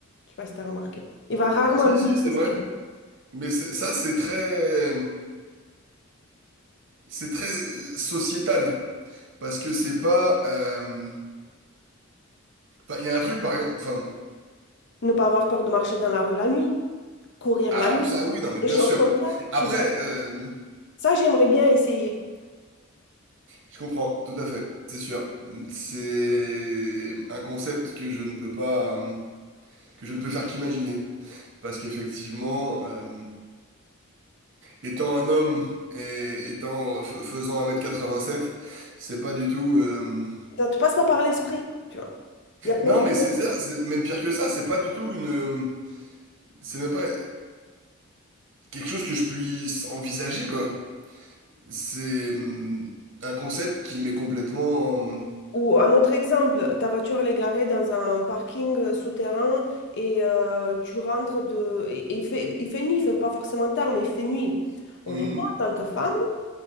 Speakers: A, on the left; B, on the right.
A: Je sais pas si tu as remarqué. Il va rarement,
B: Si,
A: lui,
B: si, c'est
A: s'esquiver.
B: vrai. Mais c'est- ça, c'est très, c'est très euh, sociétal. Parce que c'est pas. euh, enfin, Il y a un truc, par exemple. Enfin,
A: Ne pas avoir peur de marcher dans la rue la nuit, courir
B: alors,
A: la nuit,
B: ça, oui, non, mais
A: des
B: bien
A: choses
B: sûr.
A: comme ça,
B: Après,
A: tu vois.
B: euh,
A: Ça, j'aimerais bien essayer.
B: je comprends, tout à fait, c'est sûr. C'est un concept que je ne peux pas. euh, que je ne peux faire qu'imaginer. Parce qu'effectivement. euh, Étant un homme et étant f- faisant un mètre quatre-vingt-sept, c'est pas du tout. euh,
A: Ça te passe pas par l'esprit, tu vois. Il y a plein
B: Non,
A: de
B: mais
A: choses.
B: c'est ça, c'est même pire que ça, c'est pas du tout une. euh, C'est même pas quelque chose que je puisse envisager, quoi. C'est euh, un concept qui m'est complètement.
A: Ou un autre exemple, ta voiture elle est garée dans un parking euh, souterrain et euh, tu rentres de... Et, et il fait, il fait nuit, il fait pas forcément tard, mais il fait nuit. Honnêtement,
B: Mhm.
A: en tant que femme,